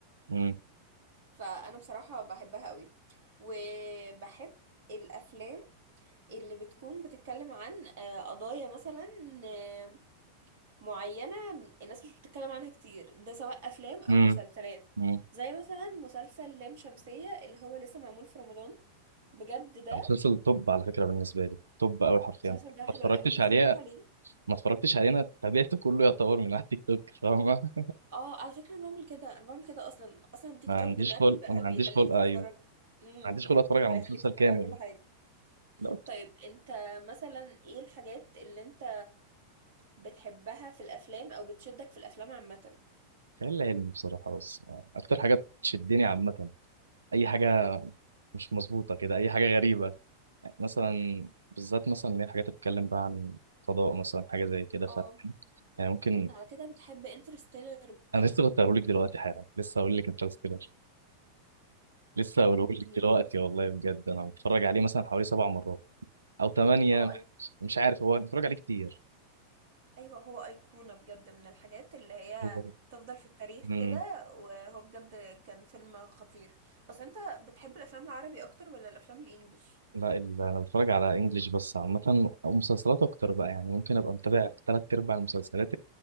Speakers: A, on the right; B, on the right.
A: امم
B: فانا بصراحة بحبها قوي وبحب الافلام اللي بتكون بتتكلم عن آه، قضايا مثلا آه، معينة الناس مش بتتكلم عنها كتير ده سواء أفلام أو
A: امم
B: مسلسلات
A: امم
B: زي مثلا مسلسل لام شمسية اللي هو لسه معمول في رمضان بجد ده
A: مسلسل توب على فكرة بالنسبة لي توب أوي حرفيا
B: المسلسل
A: ما
B: ده حلو
A: اتفرجتش
B: قوي هو انت اتفرجت
A: عليه
B: عليه
A: ما اتفرجتش عليه أنا تابعته كله يعتبر من على التيك توك فاهمة
B: اه على فكرة انا بعمل كده انا بعمل كده اصلا اصلا تيك
A: ما
B: توك
A: عنديش
B: دلوقتي
A: خلق
B: بقى
A: ما عنديش
B: بيخليك
A: خلق أيوه
B: تتفرج
A: ما
B: امم
A: عنديش خلق أتفرج على
B: ويخليك
A: مسلسل
B: تتفرج
A: كامل
B: على كل حاجة
A: لا
B: طيب انت مثلا ايه الحاجات اللي انت بتحبها في الافلام او بتشدك في الافلام عامة
A: خيال علمي بصراحة بس آه، أكتر حاجة بتشدني عامة أي حاجة مش مظبوطة كده أي حاجة غريبة مثلا بالذات مثلا اللي هي الحاجات اللي بتتكلم بقى عن فضاء مثلا حاجه زي كده ف
B: اه
A: يعني ممكن
B: انت على كده بتحب انترستيلر بقى
A: انا لسه كنت هقوله لك دلوقتي حالا لسه هقول لك انترستيلر لسه هقوله
B: ده خطير
A: لك دلوقتي والله بجد انا متفرج عليه مثلا حوالي سبع مرات او ثمانيه
B: هو أي...
A: مش عارف هو أنا متفرج عليه كتير
B: ايوه هو ايقونه بجد من الحاجات اللي هي
A: هو
B: تفضل في التاريخ
A: امم
B: كده وهو بجد كان فيلم خطير بس انت بتحب الافلام العربي اكتر ولا الافلام الانجليش
A: لا ال- انا بتفرج على انجليش بس عامه او مسلسلات اكتر بقى يعني ممكن ابقى متابع ثلاث ارباع المسلسلات